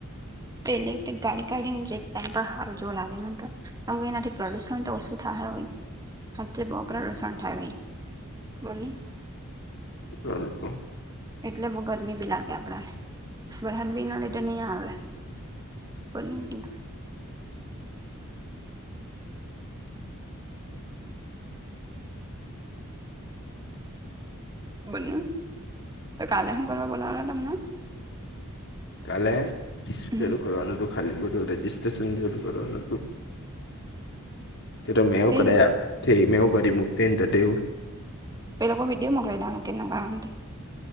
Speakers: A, on the right (about 15°); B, on the left (about 55°).
A: પેલી તે ગાડી કાઢીન જઈ ટાઈમ પર હારુ જોવા ન લાગે મને તો. કેમ કે એનાથી પ્રદુષણ તો ઓછું થાહે અવે. હાચે બોપરા લસણ થાયો ભઈ, બોલની.
B: <inaudible>
A: એટલે બહુ ગરમી બી લાગે આપડાને, વરહાદ ની લીધે ની આવે. બની ગ્યું. બન્યું તો કાલે હું કરવા બોલાવાના તમને?
B: કાલે
A: હમ
B: પેલું કરવાનું તું. ખાલી ખોટું રજીસ્ટ્રેશન કેવી રીતે કરવાનું અતુ. એતો મેં એવું
A: થઈ
B: કદા
A: ગયું
B: આપથી મે વુ કદી મુક્તિ ન તો તેવું.
A: એ લોકો વિડીયો મોકલે ના કે રીતના કરવાનું તે?